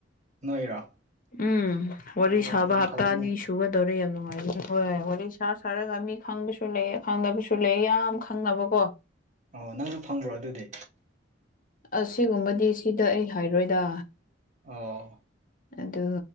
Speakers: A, on the right; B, on the left.
A: ꯅꯣꯏꯔꯣ
B: ꯎꯝ ꯋꯥꯔꯤ
A: ꯑꯣ
B: ꯁꯥꯕ
A: ꯌꯥꯝ
B: ꯍꯞꯇꯥ
A: ꯐꯩꯅꯦ
B: ꯑꯅꯤ ꯁꯨ ꯁꯨꯗꯒꯗꯧꯔꯦ ꯌꯥꯝ ꯅꯨꯡꯉꯥꯏꯕꯅꯦ ꯍꯣꯏ ꯋꯥꯔꯤ ꯁꯥ ꯁꯥꯔꯒ ꯃꯤ ꯈꯪꯕꯁꯨ ꯂꯩꯌꯦ ꯈꯪꯗꯕꯁꯨ ꯂꯩꯌꯦ ꯌꯥꯝ ꯈꯪꯅꯕꯀꯣ <unintelligible>
A: ꯑꯣ ꯅꯪꯁꯨ ꯐꯪꯕ꯭ꯔꯣ ꯑꯗꯨꯗꯤ
B: ꯑꯁꯤꯒꯨꯝꯕꯗꯤ ꯁꯤꯗ ꯑꯩ ꯍꯥꯏꯔꯣꯏꯗ
A: ꯑꯣ
B: ꯑꯗꯨ